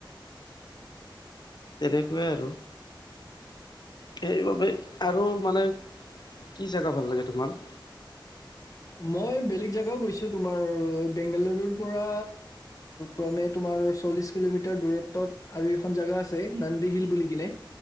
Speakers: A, on the left (about 60°); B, on the left (about 40°).
A: তেনেকুৱাই আৰু সেইবাবে আৰু মানে কি জেগা ভাল লাগে তোমাৰ
B: মই বেলেগ জেগাও গৈছো তোমাৰ বেংগালুৰুৰ পৰা ক্ৰমে তোমাৰ চল্লিশ কিলোমিটাৰ দূৰত্বত আৰু এখন জাগা আছে নন্দী হিল বুলি কিনে